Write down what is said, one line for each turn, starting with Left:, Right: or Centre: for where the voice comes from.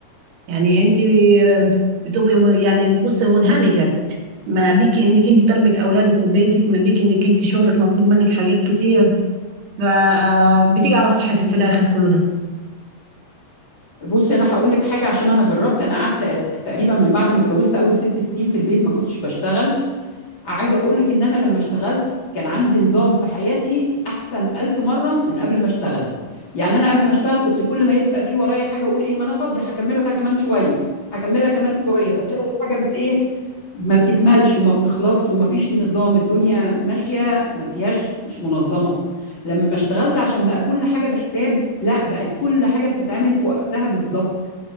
Right: يعني انت ب- بتبقي م- يعني بصي منهمكة ما بيك انك انت تربية اولادك وبيتك ما بيك انك انت شغلك مطلوب منك حاجات كتير فبتيجي على صحتك في الاخر كله
Left: بصي انا هقول لك حاجه عشان انا جربت انا قعدت تقريبا من بعد ما اتجوزت اول ست سنين في البيت ما كنتش بشتغل عايزة اقول لك ان انا لما اشتغلت كان عندي نظام في حياتي احسن الف مرة من قبل ما اشتغل يعني انا قبل ما اشتغل كنت كل ما يبقى في ورايا حاجة اقول ايه ما انا فاضية هكملها كمان شوية هكملها كمان شوية فتلاقي الحاجة بت ايه ما بتكملش وما بتخلصش وما فيش نظام الدنيا ماشية ما فيهاش مش منظمة لما اشتغلت عشان بقى كل حاجة بحساب لا بقت كل حاجة بتتعمل في وقتها بالظبط